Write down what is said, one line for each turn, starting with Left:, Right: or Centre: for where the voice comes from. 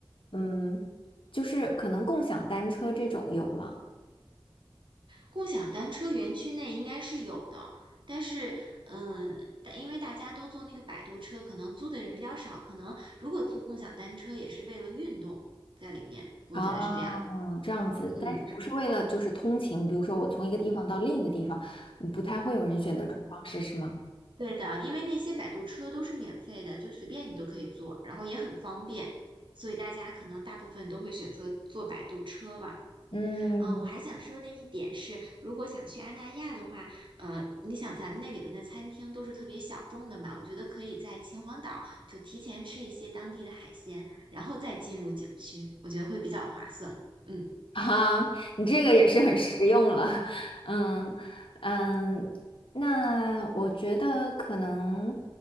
Left: 嗯，就是可能共享单车这种有吗？
Right: 共享单车园区内应该是有的，但是，嗯，但因为大家都坐那个摆渡车，可能租的人比较少，可能如果租共享单车也是为了运动在里面，我觉得是这样。
Left: 啊，这样子，
Right: 嗯
Left: 但是不是为了就是通勤，比如说我从一个地方到另一个地方，嗯不太会有人选择这种方式，是吗？
Right: 对的，因为那些摆渡车都是免费的，就随便你都可以坐，然后也很方便，所以大家可能大部分都会选择坐摆渡车了。
Left: 嗯，
Right: 嗯，我还想说的一点是，如果想去阿那亚的话，呃，你想咱们那里面的餐厅都是特别小众的嘛，我觉得可以在秦皇岛就提前吃一些当地的海鲜，然后再进入景区，我觉得会比较划算。嗯，
Left: <laughs> 啊，你这个也是很实用了，<laughs> 嗯嗯，那我觉得可能，